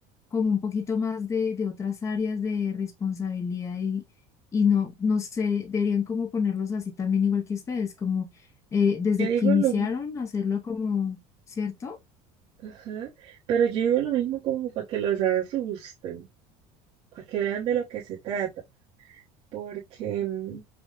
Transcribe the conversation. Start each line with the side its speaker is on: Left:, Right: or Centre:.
Left: como un poquito más de, de otras áreas de responsabilidad y, y no, no sé, deberían como ponerlos así también igual que ustedes, como eh, desde
Right: Yo digo
Left: que iniciaron
Right: lo mismo,
Left: hacerlo como, ¿cierto?
Right: ajá, pero yo digo lo mismo como para que los asusten, para que vean de lo que se trata. porque mm,